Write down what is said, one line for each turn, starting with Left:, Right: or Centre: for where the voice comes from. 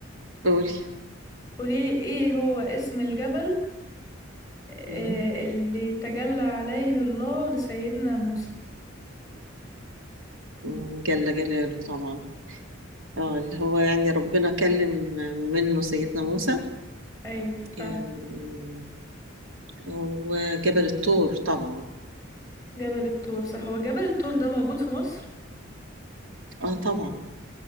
Right: قولي
Left: قوليلي ايه هو اسم الجبل
Right: مم.
Left: آه، اللي تجلى عليه الله لسيدنا موسى
Right: مم. جل جلاله طبعا اه اللي هو يعني ربنا كلم منه سيدنا موسى
Left: ايوه فعلا
Right: آم، هو جبل الطور طبعا
Left: جبل الطور صح هو جبل الطور ده موجود في مصر
Right: اه طبعا